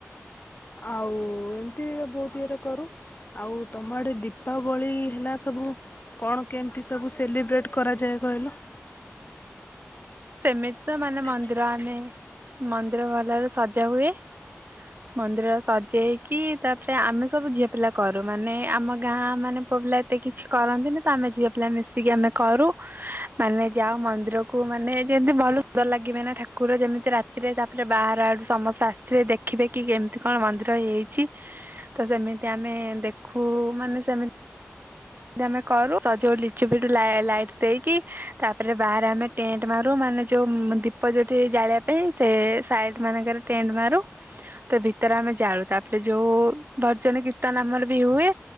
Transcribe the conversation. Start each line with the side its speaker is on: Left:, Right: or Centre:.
Left: ଆଉ ଏମିତି ବହୁତ ଇଏରେ କରୁ ଆଉ ତମ ଆଡେ ଦୀପାବଳି ହେଲା ସବୁ କଣ କେମିତି ସବୁ ସେଲିବ୍ରେଟ କରାଯାଏ କହିଲ।
Right: ସେମିତି ତ ମାନେ ମନ୍ଦିର ଆମେ ମନ୍ଦିର ଭଲରେ ସଜା ହୁଏ ମନ୍ଦିର ସଜେଇକି ତାପରେ ଆମେ ସବୁ ଝିଅ ପିଲା କରୁ ମାନେ ଆମ ଗାଁ ମାନେ ପୁଅ ପିଲା ଏତେ କିଛି କରନ୍ତିନି ତ ଆମେ ଝିଅ ପିଲା ମିଶିକି ଆମେ କରୁ ମାନେ ଯାଉ ମନ୍ଦିରକୁ ମାନେ ଯେମିତି ଭଲ ସୁନ୍ଦ ଲାଗିବେ ନା ଠାକୁର ଯେମିତି ରାତିରେ ତାପରେ ବାହାର ଆଡ଼ୁ ସମସ୍ତେ ଆସିବେ ଦେଖିବେ କି କେମିତି କଣ ମନ୍ଦିର ହେଇଛି ତ ସେମିତି ଆମେ ଦେଖୁ ମାନେ ସେମତି ଆମେ କରୁ ସଜଉ ଲିଚୁ ପିଟ ଲାଇଟ ଦେଇକି ତାପରେ ବାହାରେ ଆମେ ଟେଣ୍ଟ ମାରୁ ମାନେ ଯୋଉ ଦୀପ ଯୋଉଠି ଜାଳିବା ପାଇଁ ସେ ସାଇଟ ମାନଙ୍କରେ ଟେଣ୍ଟ ମାରୁ ତ ଭିତରେ ଆମେ ଜାଳୁ ତାପରେ ଯୋଉ ଭଜନ କୀର୍ତ୍ତନ ଆମର ବି ହୁଏ